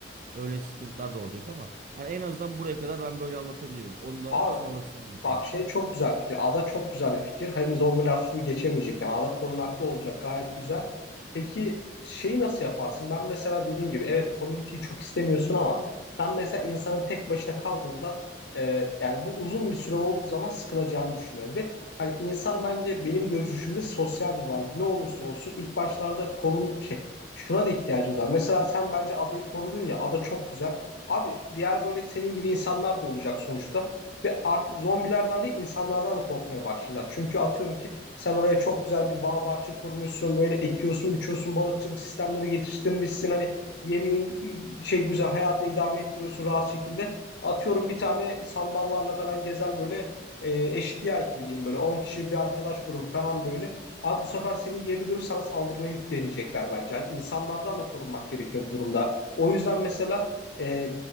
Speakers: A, on the right; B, on the left.
A: Öyle sıkıntılar da olacak ama hani en azından buraya kadar ben böyle anlatabilirim. Onu da
B: Aa
A: sonrasında anlatayım.
B: Bak şey çok güzel fikir. Ada çok güzel bir fikir. Hem zombiler suyu geçemeyecek. Yani ada korunaklı olacak. Gayet güzel. Peki şeyi nasıl yaparsın? Ben mesela dediğim gibi evet community'yi çok istemiyorsun ama ben mesela insanın tek başına kaldığında e, yani bu uzun bir süre olduğu zaman sıkılacağını düşünüyorum ve hani insan bence benim görüşümde sosyal bir varlık. Ne olursa olsun ilk başlarda korun şey şuna da ihtiyacımız var. Mesela sen bence adayı korudun ya ada çok güzel. Abi diğer böyle senin gibi insanlar da olacak sonuçta. Ve artık zombilerden değil insanlardan da korkmaya başlayacağız. Çünkü atıyorum ki sen oraya çok güzel bir bağ bahçe kurmuşsun. Böyle ekiyorsun, biçiyorsun, balıkçılık sistemleri geliştirmişsin. Hani yemeğin ıı, şey güzel hayatını idame ettiriyorsun rahat şekilde. Atıyorum bir tane sandallarla falan gezen böyle e, eşkıya ekibi diyeyim böyle 10 kişilik bir arkadaş grubu falan böyle. Abi bu sefer senin yerini görüp sana saldırmayı deneyecekler bence. Hani insanlardan da korunmak gerekiyor bu durumda. O yüzden mesela e,